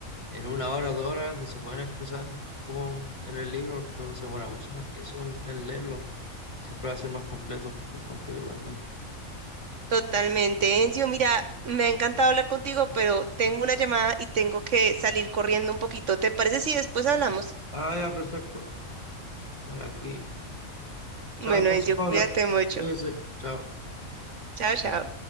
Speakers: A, on the left; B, on the right.
A: en una hora, dos horas no se pueden expresar como en el libro, porque uno se demora mucho más que eso en, en leerlo. Siempre va a ser más completo, encuentro yo también.
B: Totalmente, Encio. Mira, me ha encantado hablar contigo, pero tengo una llamada y tengo que salir corriendo un poquito. ¿Te parece si después hablamos?
A: Ah, ya, perfecto. Voy aquí.
B: Bueno,
A: Chao entonces,
B: Encio,
A: Paula.
B: cuídate mucho.
A: Cuídese. Chao.
B: Chao, chao.